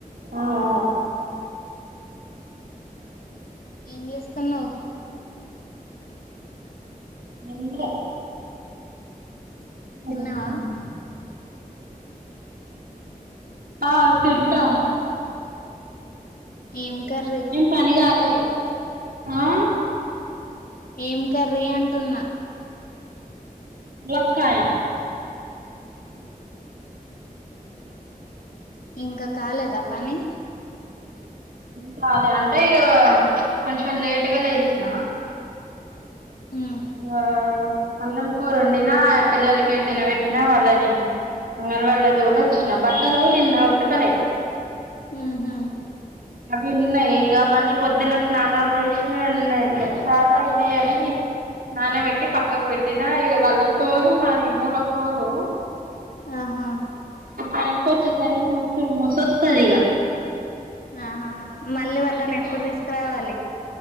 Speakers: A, on the right; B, on the left.
A: హా హా
B: ఏం చేస్తున్నావు
A: ఏం లే <unintelligible>
B: తిన్నావా
A: హా తిన్న
B: ఏం కర్రీ
A: ఏం పని కాలే ఆ
B: ఏం కర్రీ అంటున్నా
A: ములక్కాయ
B: ఆహ ఇంక కాలేదా పని
A: చాలే అంటే ఇ కొంచెం లేటుగా లేసిన
B: ఉమ్
A: ఆ అన్నం కూర వండినా పిల్లలకి యి తిన పెట్టినా వాళ్ళని అంగన వాల్లో తోలి వచ్చిన బట్టలు నిన్న ఉతకలే
B: ఉమ్మ్ హు
A: అవి ఉన్నాయి ఇక మళ్ళీ పొద్దున స్నానాలు చేసిన ఉన్నాయి ఇక చాలా అయినాయి అని నాన్న పెట్టి పక్కకు పెట్టినా ఇగ వాళ్ళని తోలి మాది మూడో ఫ్లోరు
B: ఆహా
A: ఆయనకి వచ్చేసరికి మస్తు మస వస్తది ఇగ
B: హా మళ్ళీ వాళ్ళని
A: అందుకే
B: ఎప్పుడు తీసుకురావాలి